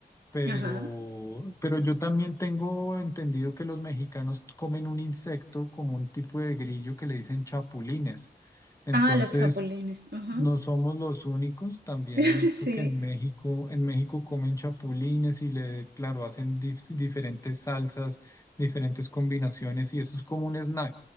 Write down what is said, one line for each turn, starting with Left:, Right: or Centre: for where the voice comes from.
Left: pero,
Right: Ajá.
Left: pero yo también tengo entendido que los mexicanos comen un insecto como un tipo de grillo que le dicen chapulines. Entonces...
Right: Ah, los chapulines. Ajá.
Left: No somos los únicos, también
Right: <laughs>
Left: he visto
Right: Sí.
Left: que en México, en México comen chapulines y le, claro, hacen dif- diferentes salsas, diferentes combinaciones y eso es como un snack.